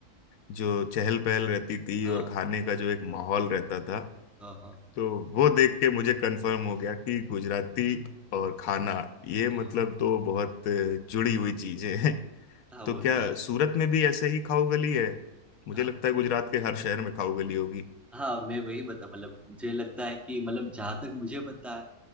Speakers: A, on the left; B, in the centre.
A: जो चहल पहल रहती थी
B: हाँ
A: और खाने का जो एक माहौल रहता था
B: हाँ हाँ
A: तो वो देख के मुझे कंफर्म हो गया कि गुजराती और खाना ये मतलब
B: हाँ
A: तो बहुत जुड़ी हुई चीजें हैं
B: हाँ,
A: तो
B: वो
A: क्या
B: तो है
A: सूरत में भी ऐसे ही खाओ गली है मुझे
B: हाँ
A: लगता है गुजरात के हर शहर में खाओ गली होगी
B: हाँ मैं वही बता मतलब मुझे लगता है कि मतलब जहाँ तक मुझे पता है